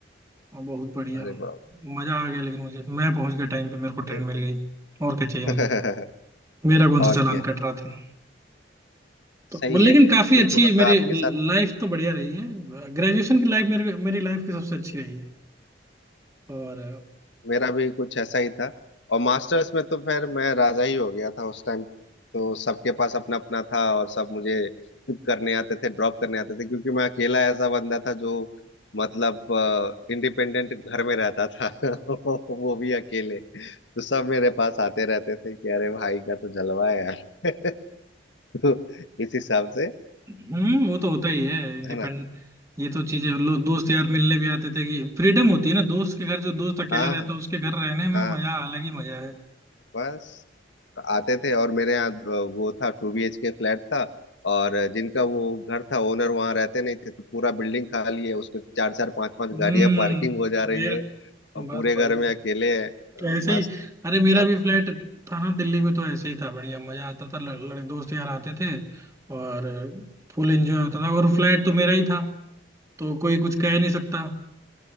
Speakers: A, on the right; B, on the left.
A: हाँ, बहुत बढ़िया
B: अरे बाप
A: मजा आ गया लेकिन मुझे मैं पहुंच गया टाइम पे मेरे को ट्रेन
B: ये
A: मिल
B: तो
A: गई और क्या चाहिए मुझे
B: <laughs>
A: मेरा कौन
B: और
A: सा चालान
B: क्या
A: कट रहा था तो
B: सही
A: वो लेकिन
B: है
A: काफी
B: ये
A: अच्छी
B: तो मतलब
A: मेरी
B: आपके साथ
A: लाइफ तो बढ़िया रही है ग्रेजुएशन की लाइफ मेरे मेरी लाइफ की सबसे अच्छी रही है और
B: मेरा भी कुछ ऐसा ही था और मास्टर्स में तो फिर मैं राजा ही हो गया था उस टाइम तो सबके पास अपना अपना था और सब मुझे पिक करने आते थे ड्रॉप करने आते थे क्योंकि मैं अकेला ऐसा बंदा था जो मतलब इंडिपेंडेंट घर में रहता था <laughs> वो भी अकेले तो सब मेरे पास आते रहते थे कि अरे भाई का तो जलवा है यार <laughs> तो इस हिसाब से
A: हम्म वो तो होता ही है इंडिपेंडेंट
B: है ना
A: ये तो चीजें लोग दोस्त यार मिलने भी आते थे कि फ्रीडम होती है ना दोस्त के घर जो दोस्त अकेला
B: हाँ
A: रहता
B: हाँ
A: है उसके घर रहने में
B: हाँ,
A: मजा अलग ही मजा है
B: बस आते थे और मेरे यहाँ अ, वो था टू बी एच के फ्लैट था और जिनका वो घर था ओनर वहाँ रहते नहीं थे तो पूरा बिल्डिंग खाली है उसमें चार चार पांच पांच
A: हम्म
B: गाड़ियां पार्किंग हो जा
A: मेरा
B: रही है और
A: बस
B: पूरे
A: बढ़िया
B: घर में अकेले है अ,
A: ऐसे
B: मस्त
A: ही अरे मेरा
B: सब
A: भी फ्लैट था ना दिल्ली में तो ऐसे ही था बढ़िया मजा आता था लड़, लड़, दोस्त यार आते थे और फुल एंजॉय होता था और फ्लैट तो मेरा ही था तो कोई कुछ कह नहीं सकता